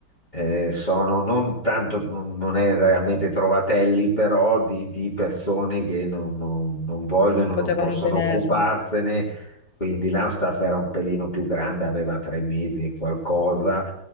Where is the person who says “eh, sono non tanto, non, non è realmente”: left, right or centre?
Left